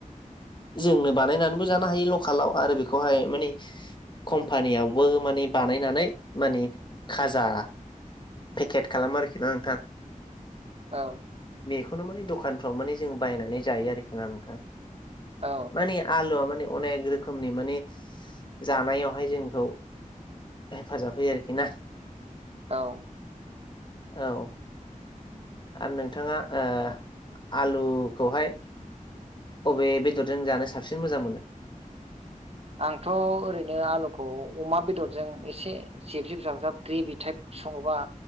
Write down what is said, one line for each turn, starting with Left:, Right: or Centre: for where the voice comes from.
Left: जोंनो बानायनाय <unintelligible> कम्पानियावबो माने बानायनानै माने खाजा पेकेट खालामो आरोखि ना नोंथां।
Right: औ।
Left: बेखौनो म दखानफ्राव माने जों बायनानै जायो आरोखि ना नोंथां
Right: औ
Left: माने आलुआ माने अनेक रोखोमनि मानि जानायावहाय जोंखौ हेफाजाब होयो आरोखि ना।
Right: औ।
Left: औ। आरो नोंथाङा ओ आलुखौहाय अबे बेदरजों जानो साबसिन मोजां मोनो?
Right: आंथ' ओरैनो आलुखौ अमा बेदरजों एसे जिब जिब जाबजाब ग्रेभि टाइप सङोबा